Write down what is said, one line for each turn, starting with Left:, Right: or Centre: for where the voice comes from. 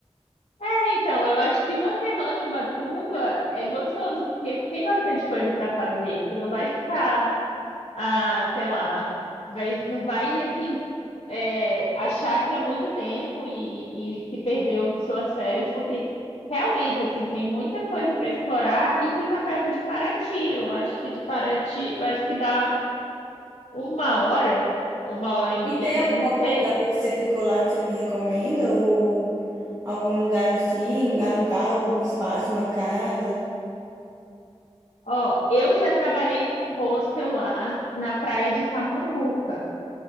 Left: É, Então, eu acho que uma semana em Ubatuba é gostoso, porque tem bastante coisa para fazer. Tu não vai ficar, ah, sei lá, vai, não vai assim é, achar que é muito tempo e, e que perdeu suas férias, porque realmente assim tem muita coisa para explorar e fica perto de Paraty. Eu acho que de Paraty, eu acho que dá uma hora, uma hora e meia,
Right: E tem alguma
Left: não sei.
Right: pousada que você ficou lá que você me recomenda? Ou algum lugar assim, alugar algum espaço, uma casa?
Left: Ó, eu já trabalhei num hostel lá na praia de Tamambuca.